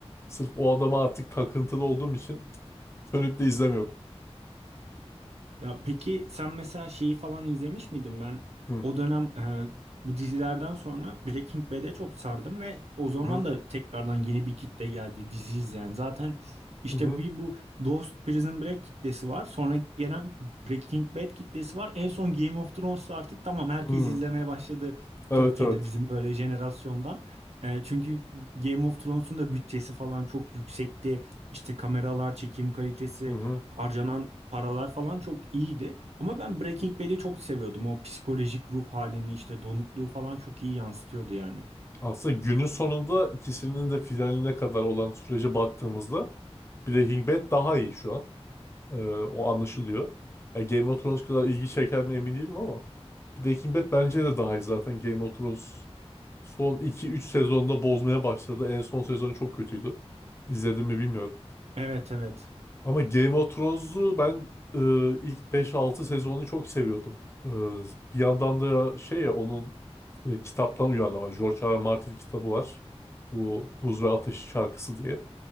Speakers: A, on the left; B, on the right.
A: Sırf o adama artık takıntılı olduğum için dönüp de izlemiyorum.
B: Ya peki sen mesela şeyi falan izlemiş miydin? Ben
A: Hı
B: o dönem e, bu dizilerden sonra Breaking Bad'e çok sardım ve o zaman
A: hı hı
B: da tekrardan yeni bir kitle geldi dizi izleyen. Zaten işte
A: hı.
B: bir bu Lost Prison Break kitlesi var. Sonra gelen Breaking Bad kitlesi var. En son Game of Thrones'ta artık tamam herkes
A: hı, hı.
B: izlemeye başladı
A: Evet
B: Türkiye'de
A: evet.
B: bizim böyle jenerasyondan. E, çünkü Game of Thrones'un da bütçesi falan çok yüksekti. İşte kameralar, çekim kalitesi
A: Hı hı.
B: harcanan paralar falan çok iyiydi. Ama ben Breaking Bad'i çok seviyordum. O psikolojik ruh halini işte donukluğu falan çok iyi yansıtıyordu yani.
A: Aslında günün sonunda ikisinin de finaline kadar olan sürece baktığımızda Breaking Bad daha iyi şu an. Ee, o anlaşılıyor. Yani Game of Thrones kadar ilgi çeker mi emin değilim ama Breaking Bad bence de daha iyi zaten. Game of Thrones son iki üç sezonda bozmaya başladı. En son sezonu çok kötüydü. İzledim mi bilmiyorum.
B: Evet evet.
A: Ama Game of Thrones'u ben e, ilk beş altı sezonunu çok seviyordum. E, bir yandan da şey ya onun e, kitaptan uyarlama. George R. R. Martin kitabı var. Bu Buz ve Ateş şarkısı diye